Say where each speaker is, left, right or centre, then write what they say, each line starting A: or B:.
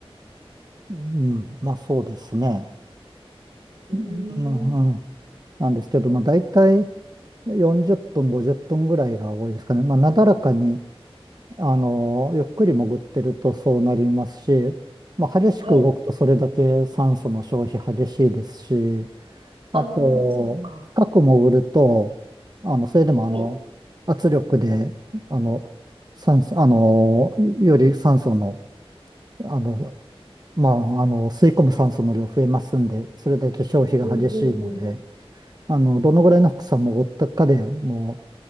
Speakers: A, on the right; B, on the right.
A: うん、まあそうですね。
B: うーん。
A: うん、うんなんですけど、まあ大体40分、50分ぐらいが多いですかね。まあなだらかに、あの、ゆっくり潜ってるとそうなりますし、まあ、激しく動くとそれだけ酸素の消費激しいですし、
B: はい。ああ、
A: あと、
B: そうか。
A: 深く潜ると、あの、それでもあの、
B: はい。
A: 圧力で、あの、酸素、あの、より酸素の、あの、まあ、あの、吸い込む酸素の量増えますんで、それだけ消費が激しいので、
B: うんうんうん。
A: あの、どのぐらいの深さ潜ったかでもう、